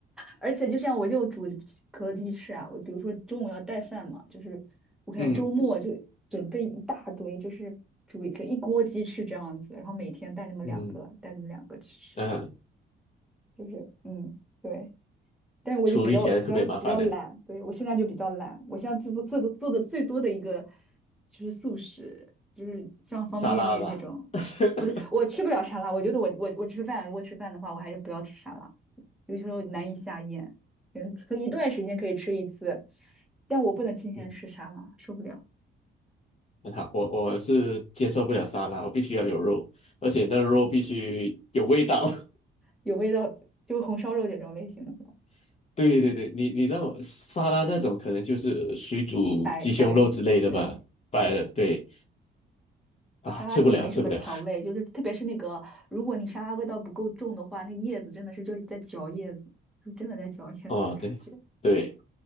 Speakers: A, in the centre; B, on the left.
A: 而且就像我就煮可乐鸡翅啊，我比如说中午要带饭嘛，就是我可能周末就准备一大堆，
B: 嗯
A: 就是煮一个一锅鸡翅这样子，然后每天带那么两个，
B: 嗯
A: 带那么两个去吃，
B: 嗯，
A: 就是嗯，对。但是我就比较比较比较懒，
B: 处理起来特别麻烦的
A: 对，我现在就比较懒，我现在做做做的做的最多的一个就是素食，就是像方便面这种，
B: 沙拉吧。<laughs>
A: 对，不是我吃不了沙拉，我觉得我我我吃饭如果吃饭的话，我还是不要吃沙拉，有些时候难以下咽，嗯，可能一段时间可以吃一次，但我不能天天吃沙拉，
B: 嗯，
A: 受不了，
B: 很好，我我是接受不了沙拉，我必须要有肉，而且那个肉必须有味道。
A: 有味道，就红烧肉这种类型的，
B: <laughs> 对对对，你你那种沙拉那种可能就是水煮鸡胸肉之类的吧，
A: 白白，对。
B: 白了对啊，
A: 沙拉就没什么调味，
B: 吃不了吃不了。
A: 就是特别是那个，如果你沙拉味道不够重的话，那叶子真的是就是在嚼叶子，就真的在嚼叶子的感觉。
B: 哦，对对，